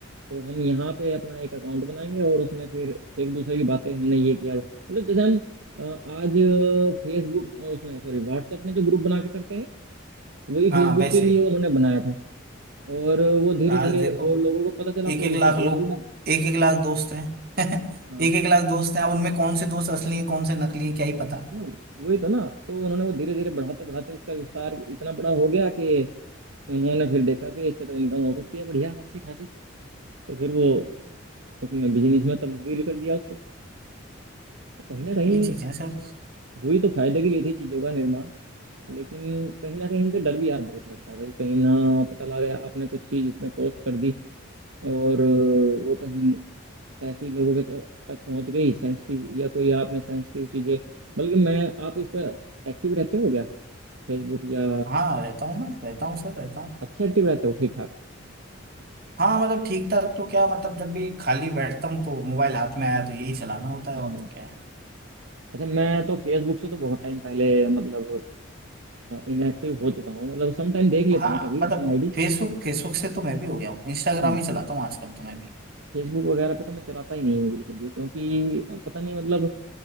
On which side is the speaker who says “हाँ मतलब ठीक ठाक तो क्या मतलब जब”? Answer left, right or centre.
Right